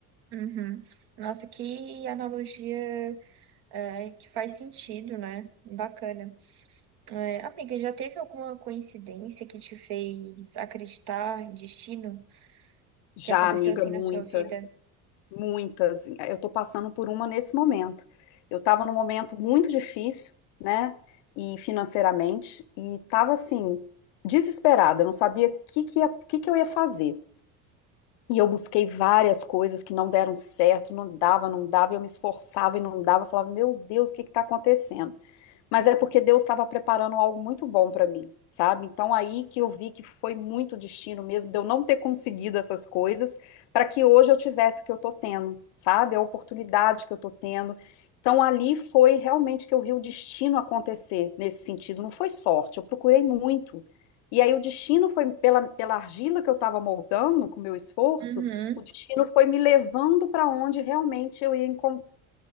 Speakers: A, on the right; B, on the left.
A: Uhum. Nossa, que analogia é, que faz sentido, né? Bacana. É, amiga, já teve alguma coincidência que te fez acreditar em destino
B: Já,
A: que aconteceu
B: amiga,
A: assim
B: muitas.
A: na sua vida?
B: Muitas. Eu estou passando por uma nesse momento. Eu estava num momento muito difícil, né? E financeiramente, e estava assim, desesperada, eu não sabia o que, que, ia- o que que eu ia fazer. E eu busquei várias coisas que não deram certo, não dava, não dava, e eu me esforçava e não dava, eu falava, meu Deus, o que está acontecendo? Mas é porque Deus estava preparando algo muito bom para mim, sabe? Então aí que eu vi que foi muito destino mesmo de eu não ter conseguido essas coisas para que hoje eu tivesse o que eu tô tendo, sabe? A oportunidade que eu tô tendo. Então ali foi realmente que eu vi o destino acontecer nesse sentido, não foi sorte, eu procurei muito. E aí o destino foi pela, pela argila que eu estava moldando com o meu esforço,
A: Uhum.
B: o destino foi me levando para onde realmente eu ia encontrar